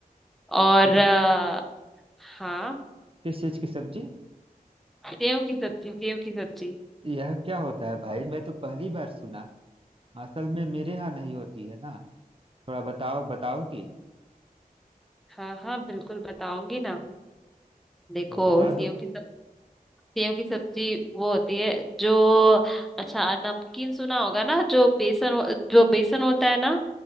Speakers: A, in the centre; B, on the right.
A: और
B: किस
A: अ, हाँ
B: किस चीज की सब्जी
A: सेव की सब्जी सेव की सब्जी
B: यह क्या होता है भाई मैं तो पहली बार सुना असल में मेरे यहाँ नहीं होती है ना थोड़ा बताओ बताओगी
A: हाँ हाँ बिल्कुल बताऊंगी ना देखो
B: तो बता
A: सेव
B: दो
A: की सब्जी सेव की सब्जी वो होती है जो अच्छा नमकीन सुना होगा ना जो बेसन हो- जो बेसन होता है ना